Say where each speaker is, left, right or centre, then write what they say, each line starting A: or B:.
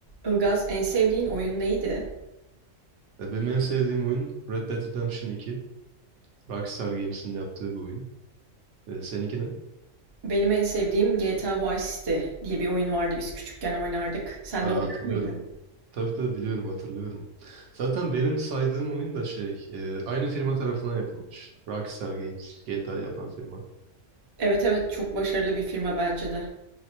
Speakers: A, on the right (about 35°); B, on the right (about 65°).
A: Ilgaz, en sevdiğin oyun neydi?
B: E, Benim en sevdiğim oyun Red Dead Redemption 2. Rockstar Games'in yaptığı bir oyun. E, seninki ne?
A: Benim en sevdiğim GTA Vice City diye bir oyun vardı biz küçükken oynardık. Sen
B: Aa,
A: de oynar
B: hatırlıyorum.
A: mıydın?
B: Tabii tabii biliyorum hatırlıyorum. Zaten benim saydığım oyun da şey e, aynı firma tarafından yapılmış. Rockstar Games GTA yapan firma.
A: Evet evet çok başarılı bir firma bence de.